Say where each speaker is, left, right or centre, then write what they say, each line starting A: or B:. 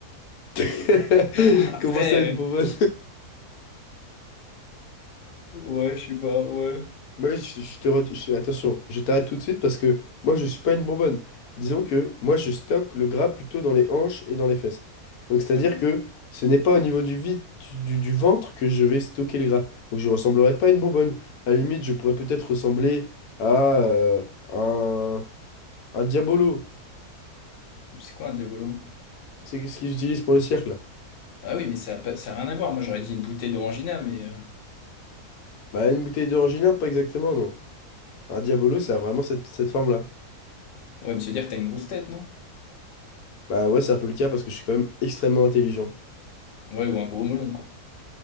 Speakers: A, on the left (about 75°); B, on the left (about 60°).
A: <laughs>
B: <laughs> Après,
A: Comment ça, une bonbonne?
B: euh, ouais, je sais pas, ouais.
A: <laughs> Moi, je, je te re- je- attention, je t'arrête tout de suite parce que moi, je suis pas une bonbonne. Disons que moi, je stocke le gras plutôt dans les hanches et dans les fesses. Donc, c'est-à-dire
B: Euh,
A: que ce n'est pas au niveau du vide du, du- du ventre que je vais stocker le gras. Donc, je ressemblerai pas à une bonbonne. À la limite, je pourrais peut-être ressembler à euh, un, un diabolo.
B: c'est quoi un diabolo?
A: C'est ce qu'ils utilisent pour le cirque. là?
B: Ah oui, mais ça a pas- ça a rien à voir. Moi, j'aurais dit une bouteille d'orangina, mais... euh,
A: Bah, une bouteille d'orangina, pas exactement, non. Un diabolo, ça a vraiment cette, cette forme-là.
B: Ouais, me se dire que t'as une grosse tête, non?
A: Bah ouais, c'est un peu le cas parce que je suis quand même extrêmement intelligent.
B: Ouais, ou un gros melon, quoi.